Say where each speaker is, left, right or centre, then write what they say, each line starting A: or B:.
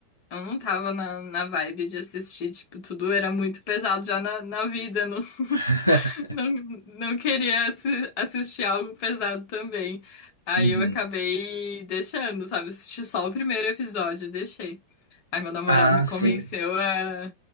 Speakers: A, on the left (about 40°); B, on the left (about 80°).
A: Eu não tava na, na vibe de assistir, tipo, tudo era muito pesado já na, na vida, não
B: <laughs>
A: Não, não queria assi- assistir algo pesado também. Aí
B: Uhum.
A: eu acabei deixando, sabe? Assisti só o primeiro episódio e deixei. Aí meu namorado
B: Ah,
A: me convenceu
B: sim.
A: a.